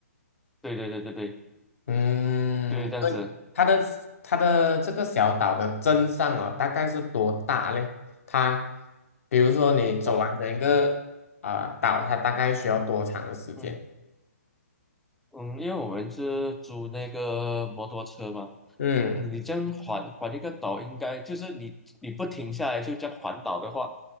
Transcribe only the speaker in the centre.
对对对对对，
就是这样子。
哇，
嗯。嗯，因为我们是租那个摩托车嘛，
你这样环环一个岛，应该就是你你不停下来就这样环岛的话，